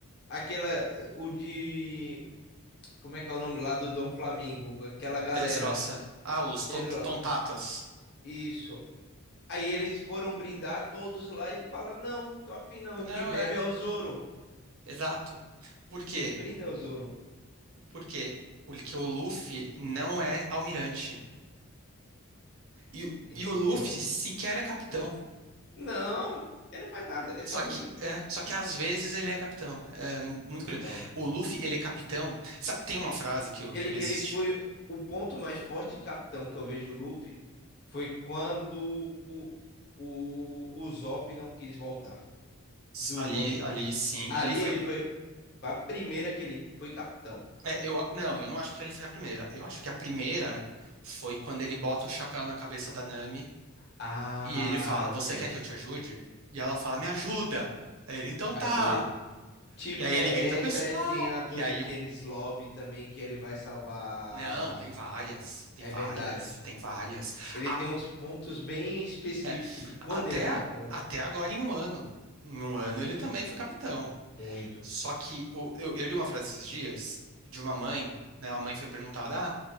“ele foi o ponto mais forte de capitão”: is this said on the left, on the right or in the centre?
Left